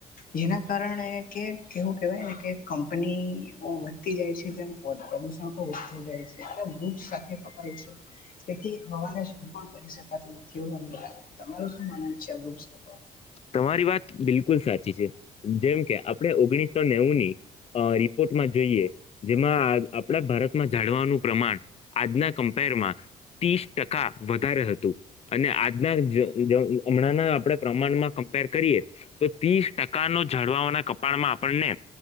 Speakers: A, on the left; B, on the left.
A: જેના કારણે કે કેવું કેવાય કે, કંપની ઓ વધતી જાય છે ન <unintelligible> પ્રદુષણ <inaudible> જાય છે, એલે રુક્ષ કાપિયે કપાય છે. તેથી હવાને શુદ્ધ પણ કરી શકાતું નથી, એવું મન ત લાગે. તમારે શું માનવુ છે વૃક્ષ પ
B: તમારી વાત બિલકુલ સાચી છે, જેમ કે આપણે ઓગણીસો નેવું ની અ રિપોટમાં જઈએ, જેમાં આઆ આપણા ભારતમાં જાણવાનું પ્રમાણ આજના કમ્પેરમાં તીસ ટકા વધારે હતું અને આજના જ જ અમણાંના આપણે પ્રમાણમાં કમ્પેર કરીએ, તો તીસ ટકા નો ઝાળવાઓના કપાળમાં આપણને